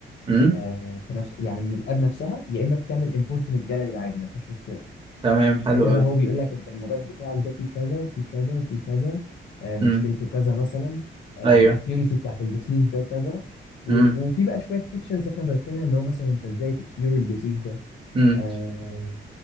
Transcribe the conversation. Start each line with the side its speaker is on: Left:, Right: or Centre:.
Right: امم
Left: آه، في نفس يعني من الاب نفسها يا اما بتعمل امبورت من الجاليري عادي ما فيهاش مشكله
Right: تمام حلو
Left: ساعتها
Right: قوي
Left: بقى هو بيقول لك انت النبات بتاعك ده فيه كذا وفيه كذا وفيه كذا آه، مشكلته
Right: امم
Left: كذا مثلا الاكيورسي
Right: ايوه
Left: بتاعت الديسيز ده كذا و-
Right: امم
Left: وفي بقى شويه فيتشرز احنا ضايفينها ان هو مثلا انت ازاي تكيور الديسيز ده
Right: امم
Left: آه،